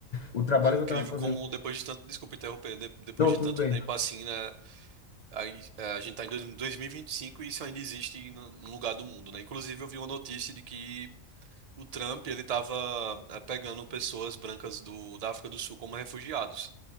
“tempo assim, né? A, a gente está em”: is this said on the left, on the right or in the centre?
Right